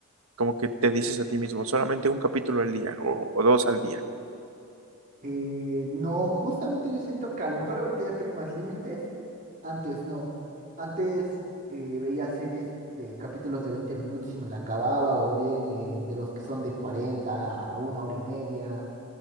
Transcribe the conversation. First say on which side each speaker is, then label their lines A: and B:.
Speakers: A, on the right; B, on the right.
A: como que te dices a ti mismo, solamente un capítulo al día o, o dos al día.
B: Eh, no, justamente yo siento que a lo mejor ahorita ya tengo más límites. Antes no. Antes eh, veía series de capítulos de 20 minutos y me la acababa, o bien eh, de los que son de 40 a una hora y media.